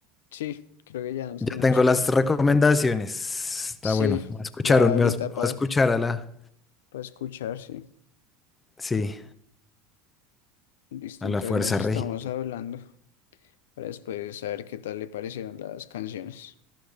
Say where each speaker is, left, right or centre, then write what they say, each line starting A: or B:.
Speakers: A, on the left; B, on the left.
A: Sí, creo que ya nos
B: Ya
A: tenemos
B: tengo
A: que
B: las
A: ir.
B: recomendaciones. Está
A: Sí,
B: bueno. Me escucharon,
A: ya ahorita
B: me va
A: para
B: a escuchar a la,
A: escuchar, sí.
B: sí,
A: Listo,
B: a
A: entonces
B: la fuerza
A: nos estamos
B: regida.
A: hablando para después saber qué tal le parecieron las canciones.